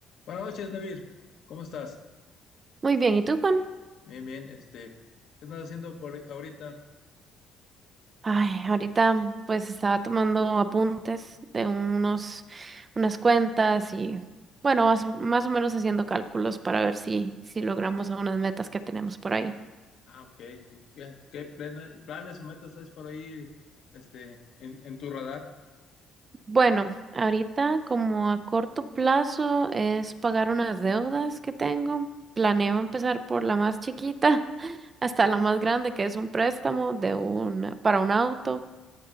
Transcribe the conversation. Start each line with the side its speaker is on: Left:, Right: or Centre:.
Left: Buenas noches, Navir. ¿Cómo estás?
Right: Muy bien, ¿y tú, Juan?
Left: Bien, bien. Este, ¿qué estás haciendo por ahorita?
Right: Ay, ahorita pues estaba tomando apuntes de unos, unas cuentas y bueno, más, más o menos haciendo cálculos para ver si, si logramos algunas metas que tenemos por ahí.
Left: Ah, ok. ¿Y qué, qué plena- planes o metas hay por ahí, este, en, en tu radar?
Right: Bueno, ahorita como a corto plazo es pagar unas deudas que tengo. Planeo empezar por la más chiquita <laughs> hasta la más grande, que es un préstamo de una, para un auto.